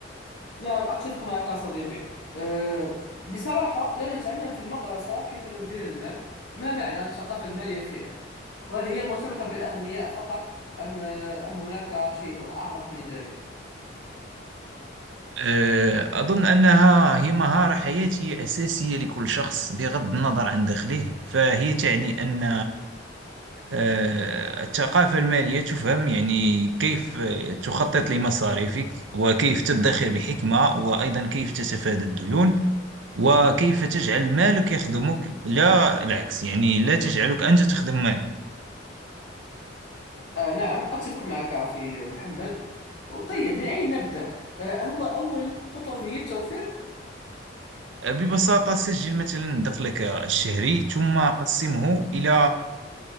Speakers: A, on the left; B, on the right.
A: نعم أتفق معك صديقي أه، بصراحة لم نتعلم في المدرسة كيف ندير المال ما معنى الثقافة المالية فعلا وهل هي مرتبطة بالأغنياء فقط أم أم هناك شيء أعمق من ذلك
B: آه، أظن أنها هي مهارة حياتية أساسية لكل شخص بغض النظر عن دخله فهي تعني أن آه، الثقافة المالية تفهم يعني كيف آه، تخطط لمصاريفك وكيف تدخر بحكمة وأيضا كيف تتفادى الديون وكيف تجعل مالك يخدمك لا العكس يعني لا تجعلك أنت تخدم مالك
A: آه نعم أتفق معك أخي محمد طيب من أين نبدأ آه هو أول خطوة هي التوفير
B: آه، ببساطة سجل مثلا دخلك الشهري ثم قسمه إلى